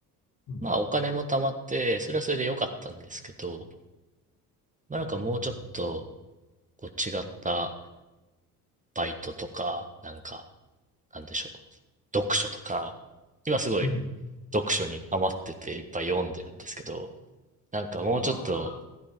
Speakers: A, on the left; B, on the right.
A: うん。
B: まあお金も貯まって、それはそれで良かったんですけど、まあ、
A: うん
B: なんかもうちょっと、こう違ったバイトとか、なんか、なんでしょう。読書とか、今すごい
A: うん。
B: 読書にハマってていっぱい読んでるんですけど、なんかもうちょっと、
A: あ